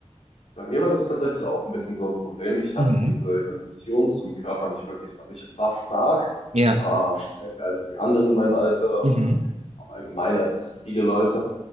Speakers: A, on the left; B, on the right.
A: Bei mir war das tatsächlich auch ein bisschen so ein Problem. Ich hatte
B: Mhm.
A: diese Relation zum Körper nicht wirklich. Also ich war stark,
B: Ja.
A: war stärker als die anderen in meinem Alter
B: Mhm.
A: oder auch allgemein als viele Leute.